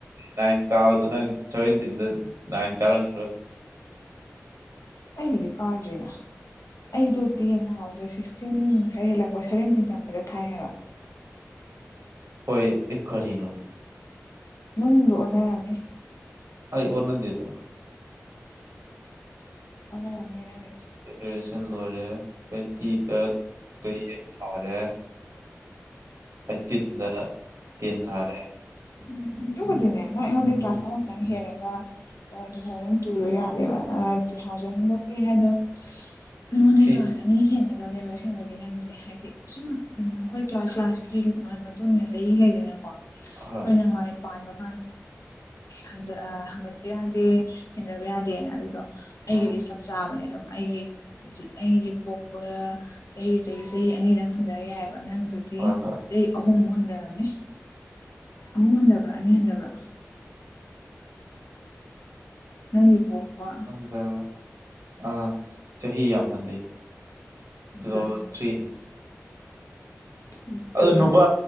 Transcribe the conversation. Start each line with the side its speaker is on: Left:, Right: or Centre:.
Right: ꯅꯥꯏꯟ ꯀꯥꯕꯗ ꯅꯪ ꯁꯚ‌ꯦꯟꯇꯤꯟꯗ‌ꯣ ꯅꯥꯏꯟ ꯀꯥꯔꯝ ꯒꯤꯔ‌ꯣꯏ
Left: ꯑꯩꯕꯨꯗꯤ ꯀꯥꯗ꯭ꯔꯦꯅ ꯑꯩꯗꯣ ꯇ‌ꯦꯟ ꯊꯥꯕꯗꯣ ꯁꯤꯛꯁꯇꯤꯟ ꯈꯔ ꯍꯦꯜꯂꯛꯄ ꯁꯚꯦꯟꯇꯤꯟ ꯆꯉꯛꯄꯗ ꯊꯥꯏ ꯍꯥꯏꯕ
Right: ꯍꯣꯏ ꯑꯦ ꯀꯔꯤꯅꯣ
Left: ꯅꯪꯗꯣ ꯑꯣꯟꯅꯔꯝꯅꯤ
Right: ꯑꯩ ꯑꯣꯅꯗ‌ꯦ ꯗꯥ
Left: ꯑꯣꯅꯔꯝꯅꯤ ꯅꯪꯒꯤꯗ‌ꯣ
Right: ꯒ꯭ꯔꯦꯖꯨꯋ‌ꯦꯁꯟ ꯂꯣꯏꯔꯦ ꯇ꯭ꯋꯦꯟꯇꯤꯗ ꯇꯨꯋ‌ꯦꯞ ꯊꯥꯔꯦ ꯑꯩ ꯇꯤꯟꯗ ꯇꯦꯟ ꯊꯥꯔꯦ
Left: ꯎꯝ ꯗꯨꯕꯨꯗꯤ ꯅ‌ꯦ ꯅꯪ ꯑꯩꯉꯣꯟꯗꯩ ꯀ꯭ꯂꯥꯁ ꯑꯃꯥ ꯈꯛꯇꯪ ꯍꯦꯜꯂꯒ ꯇꯨ ꯊꯥꯎꯖꯟ ꯇꯨꯗꯣ ꯌꯥꯗꯦꯕ ꯇꯨ ꯊꯥꯎꯖꯟꯗ ꯀꯨꯏ ꯍꯥꯏꯗꯣ ꯑꯩꯉ‌ꯣꯟ
Right: ꯊ꯭ꯔꯤ
Left: ꯗꯩ ꯀ꯭ꯂꯥꯁ ꯑꯅꯤ ꯍꯦꯟꯒꯗꯕꯅꯦꯕ ꯑꯁꯦꯡꯕꯩꯗꯤ ꯅꯪꯁꯦ ꯍꯥꯏꯗꯤ ꯁꯨꯝ ꯎꯝ ꯑꯩꯈꯣꯏ ꯀ꯭ꯂꯥꯁ ꯀ꯭ꯂꯥꯁꯀꯤ ꯃꯇꯨꯡ ꯏꯟꯅ ꯆꯍꯤ ꯂꯩꯗꯅꯀꯣ ꯑꯈꯣꯏ
Right: ꯍꯣꯏ
Left: ꯅꯍꯋꯥꯏ ꯄꯥꯟꯕ ꯀꯥꯟꯗ <unintelligible> ꯍꯡꯒꯠꯄ ꯌꯥꯗꯦ ꯆꯤꯡꯗꯕ ꯌꯥꯗꯦꯅ ꯑꯗꯨꯗꯣ
Right: ꯎꯝ
Left: ꯑꯩꯒꯤꯗꯤ ꯆꯞ ꯆꯥꯕꯅꯦ ꯑꯗꯨꯝ ꯑꯩꯒꯤ ꯑꯩꯒꯤ ꯄꯣꯛꯄ ꯆꯍꯤꯗꯨꯗꯒꯤ ꯆꯍꯤ ꯑꯅꯤꯗꯪ ꯍꯟꯗꯔ ꯌꯥꯏꯌ‌ꯦꯕ ꯅꯪꯗꯨ ꯗꯤ
Right: ꯍꯣꯏ ꯍꯣꯏ
Left: ꯆꯍꯤ ꯑꯍꯨꯝꯃꯨꯛ ꯍꯟꯗꯔꯝꯅꯤ ꯑꯍꯨꯝ ꯍꯟꯗꯕ꯭ꯔꯥ ꯑꯅꯤ ꯍꯟꯗꯕ꯭ꯔꯥ ꯅꯪꯒꯤ ꯄꯣꯛꯄ
Right: ꯑ ꯑ ꯆꯍꯤ ꯌꯥꯝ ꯍꯟꯗꯩ
Left: ꯑꯗꯨꯅꯤ
Right: ꯇꯨ ꯊꯥꯎꯖꯟ ꯊ꯭ꯔꯤꯅꯤ
Left: ꯑꯗꯨ
Right: ꯑꯗ ꯅꯨꯄꯥ